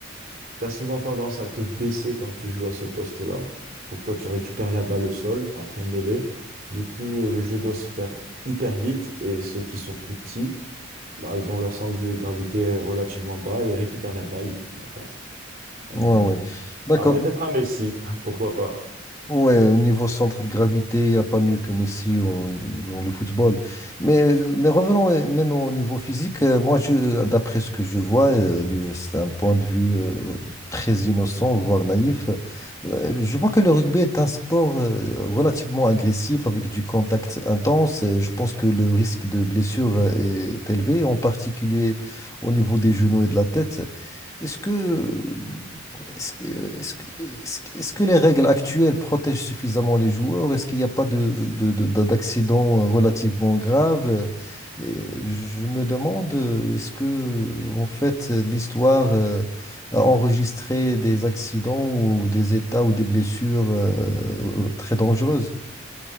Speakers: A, on the right; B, on the left.
A: t'as souvent tendance à te baisser quand tu joues à ce poste-là. Pourquoi? Tu récupères la balle au sol après une mêlée. Du coup, le jeu doit se faire hyper vite et ceux qui sont plus petits, bah, ils ont leur centre de gravité relativement bas, ils récupèrent la balle et ils font la passe. Euh,
B: Ouais ouais. D'accord.
A: ah, peut-être un Messi, <laughs> pourquoi pas?
B: Ouais, au niveau centre de gravité, il n'y a pas mieux que Messi au- dans le football. Mais, mais revenons euh, même au niveau physique. euh, Moi, je, d'après ce que je vois, euh, du- c'est un point de vue euh, très innocent, voire naïf. euh, Je vois que le rugby est un sport euh, relativement agressif, avec du contact intense. Euh, Je pense que le risque de blessure euh, est élevé, en particulier au niveau des genoux et de la tête. Est-ce que, est-ce que, est-ce que, est-ce que est-ce que les règles actuelles protègent suffisamment les joueurs? Est-ce qu'il n'y a pas de, de- de- de- d'accident relativement grave? Et je me demande, euh, est-ce que, en fait, l'histoire euh, a enregistré des accidents ou des états ou des blessures euh, très dangereuses?